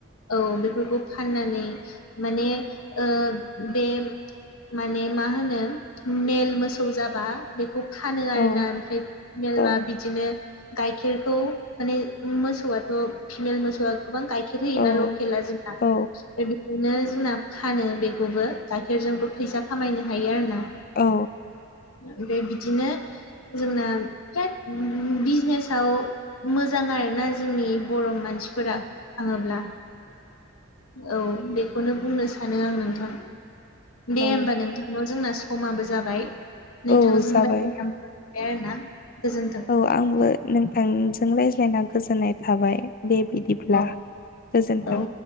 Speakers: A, on the left; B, on the left.
A: औ बेफोरखौ फाननानै माने ओ बे माने मा होनो मेल मोसौ जाबा बेखौ फानो आरोना
B: औ
A: ओमफ्राय <unintelligible> मेलबा
B: औ
A: बिदिनो गाइखेरखौ माने मोसौआथ' फिमेल मोसौआ गोबां गाइखेर होयोना
B: औ
A: लकेला जोंना <unintelligible>
B: औ
A: बिदिनो जोंना फानो बेखौबो गाइखेरजोंबो फैसा खामायनो हायो आरोना।
B: औ
A: ओमफाय बिदिनो जोंना <unintelligible> बिजनेसाव मोजां आरोना जोंनि बर' मानसिफोरा थाङोब्ला औ बेखौनो बुंनो सानो आं नोंथां दे
B: औ
A: होमबा नोंथां ना <unintelligible> जोंना स समाबो जाबाय नोंथांजों
B: औ जाबाय
A: रायलाय <unintelligible> आरोना गोजोन्थों
B: औ आंबो नोंथांजों रायज्लायना गोजोननाय थाबाय दे बिदिब्ला
A: औ
B: गोजोन्थों
A: औ